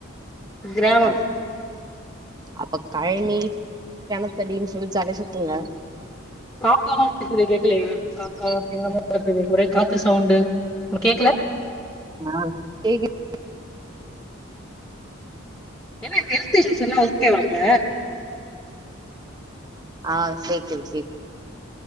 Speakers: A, on the left (about 15°); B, on the right (about 20°).
A: கிராமம்
B: ஆ அப்ப கழனி கிணத்தடினு சொல்லி ஜால சுத்துங்க
A: காக்காவா கத்து கேக்கலையா காக்கா என்னமா கத்துது ஒரே காத்து சவுண்டு உனக் கேக்கல
B: ஆ கேக்குது
A: ஏனா ஹெல்த் இஷ்யூஸ்ல்லா ஓகேவாப்ப
B: ஆ சேரி சேரி பிப்